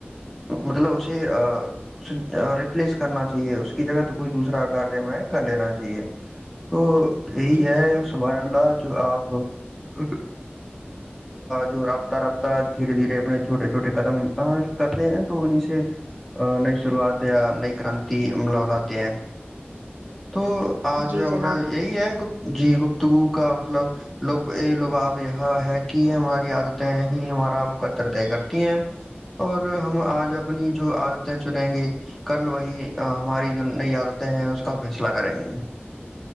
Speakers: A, in the centre; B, on the right.
A: مطلب اسے اس ریپلیس کرنا چاہیے اس کی جگہ تو کوئی دوسر کار میں کر لینا چاہیے تو یہی
B: جی
A: ہے
B: جی
A: سبحان اللہ جو آپ ایکک جو رابطہ رابطہ دھیرے دھیرے اپنے چھوٹے چھوٹے قدم کرتے ہیں تو انیں سے نئی شروعات یا نئی کرانتی ملا لاتے ہیں تو آج
B: جی
A: ہم
B: جناب
A: یہی ہے جی گفتگو کا مطلب لب یہ لباب یہاں ہے کی ہماری عادتیں ہی ہمارا مقدر طے کرتی ہیں اور ہم آج اپنی جو عادتیں چنیں گے کل وہی ہماری جو نئی عادتیں ہیں اس کا فیصلہ کریں گی